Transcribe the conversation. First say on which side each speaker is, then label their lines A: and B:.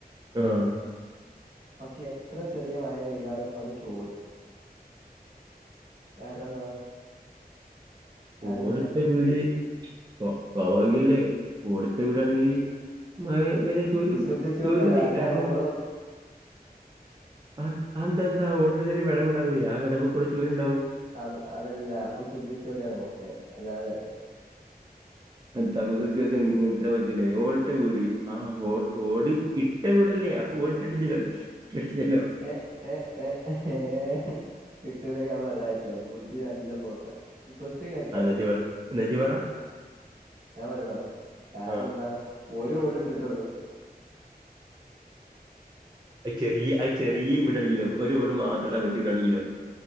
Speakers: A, on the right; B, on the right.
A: ആഹ
B: പക്ഷെ എത്ര ചെറിയ മഴ പെയ്താലും അത് ചോരും വേറെ എന്താ കാരണം
A: ഓട്ട്ടെ
B: എന്താ
A: വീട് സ് സ്വാഭാവികല്ലേ ഓട് ട്ടെ വീടാണെങ്കില് മഴ പെയ്ത ചോരു
B: കുസൃതി ചോദ്യാണ്
A: ചോരുല്ലേ
B: അന്റെ
A: കാരണം
B: ഊള
A: ആ അന്താന്താ ഓടിനടയിൽ വിടവംണ്ടാവില്ലേ ആ വിടവ കൂടെ ചോരുണ്ടാവും
B: അത് അതല്ല കുസൃതിച്ചോദ്യാണ് പോട്ടെ അല്ലാതെ
A: തപ്പത് ചോദ്യനിങ്ങക്ക് ഉത്തരം പറ്റൂലേ ഓൾട് വിടി ആ ഓടി കിട്ട് ഏ വിടല്ലി അപ്പോൾ ഓടിട്ടില്ലല്ലോ
B: ഏ് ഏ ഏ് ഏഹ് കിട്ടൂലങ്കി അത് പറഞ്ഞതിട്ടോ ബുദ്ധി നല്ല പോക്കാ കൊസ്റ്റ്യൻ കഴി
A: ആ നെജിവർ നെജിവറ
B: ഞാൻ പറയണോ കാരണം
A: ആ
B: എന്താ ഒരു ഓട് ഇട്ടിട്ടള്ളൂ.
A: അത് ചെറിയ അത് ചെറിയ ഇവിടാണെങ്കിലോ ഒരു ഓട് മാത്രം ഇടാ പറ്റി വിടുകയാണെങ്കിലോ?